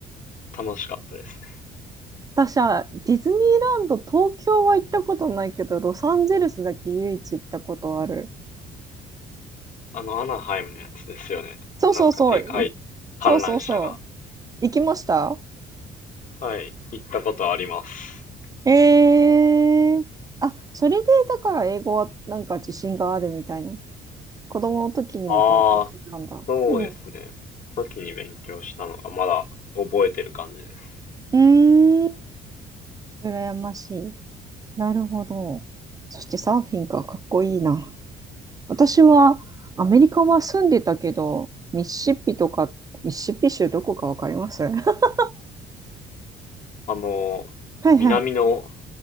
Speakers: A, on the left; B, on the right.
A: 楽しかったですね。
B: 私はディズニーランド、東京は行ったことないけど、ロサンゼルスだけ唯一行ったことある。
A: あのアナハイムのやつですよね。
B: そうそうそう、
A: なんかでかい観覧車が。
B: いそうそうそう。行きました
A: はい、行ったことあります。
B: えー、あ、それでだから英語はなんか自信があるみたいな子供の時にも勉強してたんだ。
A: ああ、そうですね。
B: うん。う
A: その時に勉強したのがまだ覚えてる感じです。
B: ーん。羨ましい。なるほど。そしてサーフィンか、かっこいいな。私はアメリカは住んでたけど、ミシシッピとか、ミシシッピ州どこかわかります <laughs>
A: あの、
B: はいはい。
A: 南の